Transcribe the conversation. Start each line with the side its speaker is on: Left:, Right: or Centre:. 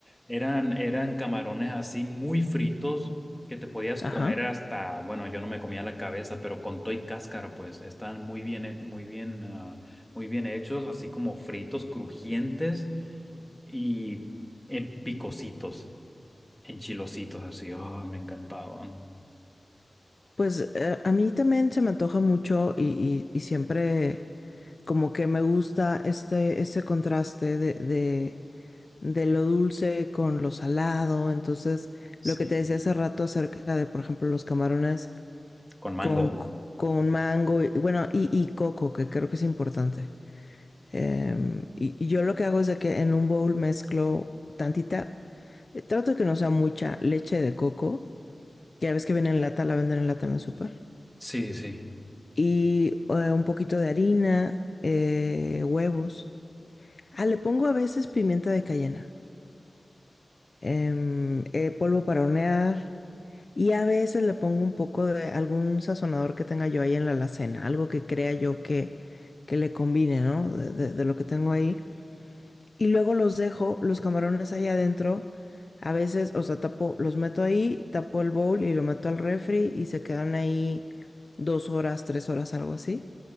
Centre: Eran, eran camarones así muy fritos que te podías
Left: Ajá.
Centre: comer hasta, bueno, yo no me comía la cabeza, pero con toy cáscara, pues estaban muy bien, he- muy bien, ah, muy bien hechos, así como fritos, crujientes y en picositos, en chilositos así. Oh, me encantaban.
Left: Pues eh, a mí también se me antoja mucho y, y y siempre. Como que me gusta este, este contraste de, de, de lo dulce con lo salado. Entonces,
Centre: Sí,
Left: lo que te decía hace rato acerca de, por ejemplo, los camarones
Centre: con mango.
Left: con, c- con mango y bueno, y, y coco, que creo que es importante. Em, y, y yo lo que hago es de que en un bowl mezclo tantita, eh, trato de que no sea mucha leche de coco. que Ya ves que viene en lata, la venden en lata en el súper.
Centre: Sí, sí.
Left: Y eh, un poquito de harina, eh, huevos. Ah, le pongo a veces pimienta de cayena, em, eh, polvo para hornear y a veces le pongo un poco de algún sazonador que tenga yo ahí en la alacena, algo que crea yo que, que le combine, ¿no? De, de- de lo que tengo ahí. Y luego los dejo, los camarones ahí adentro. A veces, o sea, tapo, los meto ahí, tapo el bowl y lo meto al refri y se quedan ahí dos horas, tres horas, algo así.